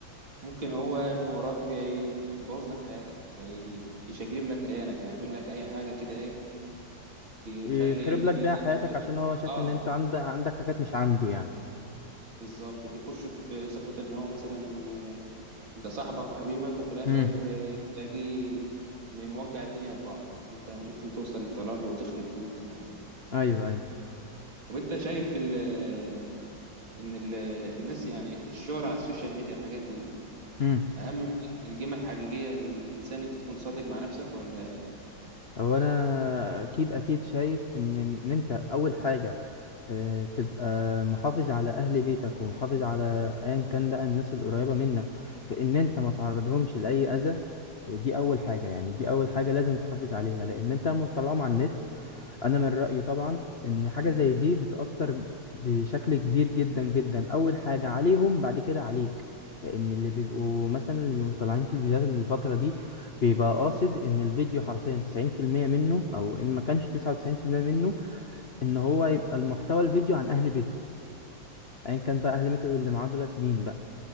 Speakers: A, on the right; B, on the left.
A: ممكن هو من وراك ي- يبوظ لك حياتك يعني يشقلب لك كيانك يعمل لك اي حاجه كده ايه
B: يخرب
A: يخلي
B: لك
A: في
B: بيها حياتك
A: دايما
B: عشان
A: في-
B: هو شايف
A: اه
B: ان انت عندك عندك حاجات مش عنده يعني
A: بالظبط بيخش في صفه ان هو مثلا آه، انت صاحبك وحبيبك وفي الاخر
B: امم
A: آه، تلاقيه م- موجع الدنيا في بعض يعني انت ممكن توصل للطلاق وتخرب بيوت كمان يعني
B: ايوه ايوه
A: طب انت شايف ال- ان ال- الناس يعني الشهرة على السوشيال ميديا الحاجات دي
B: امم
A: اهم من القيمه الحقيقيه للانسان انت تكون صادق مع نفسك ولا
B: هو انا اكيد اكيد شايف ان ان انت اول حاجة آه، تبقى محافظ على اهل بيتك ومحافظ على ايا كان بقى الناس القريبه منك في ان انت ما تعرضهمش لاي اذى آه، دي اول حاجه يعني دي اول حاجه لازم تحافظ عليها لان انت لما بتطلعهم على النت انا من رايي طبعا ان حاجه زي دي بتاثر بشكل كبير جدا جدا اول حاجه عليهم بعد كده عليك لان اللي بيبقوا مثلا اللي بيبقوا طالعين في الفيديوهات الفتره دي بيبقى قاصد ان الفيديو حرفيا 90% منه او ان ما كانش 99% منه ان هو يبقى المحتوى الفيديو عن اهل بيته ايا كان بقى اهل بيته اللي معاه دولت مين بقى